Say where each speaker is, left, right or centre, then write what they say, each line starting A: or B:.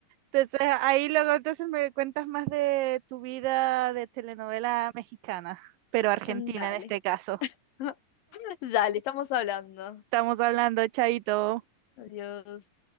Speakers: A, on the right (about 85°); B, on the left (about 85°).
A: entonces ahí luego entonces me cuentas más de tu vida de telenovela mexicana, pero argentina
B: Dale,
A: en este caso.
B: <laughs> dale, estamos hablando.
A: Estamos hablando, Chaito.
B: Adiós.